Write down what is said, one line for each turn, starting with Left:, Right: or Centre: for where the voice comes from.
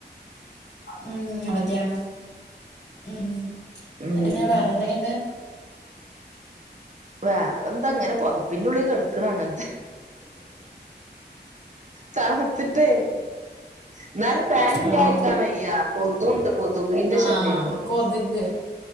Left: ഉം അവധിയാണ് ഉം എന്നിട്ടന്നാ
Right: ഉം
Left: വേറെ എന്തൊക്കെ ഇണ്ട്
Right: വേറെ എന്താങ്ങനെ. പൊതപ്പിന്റെ ഉള്ളിൽ കടുക്കണ അങ്ങനെ താണ്തി ട്ട് എന്നാലും ഫാൻ ഇല്ലായിരിക്കാൻ
Left: ആഹ്
Right: വയ്യ കൊതുണ്ട് കൊതിന്റെ
Left: ആഹ്
Right: ശല്യണ്ട്
Left: കൊതുക്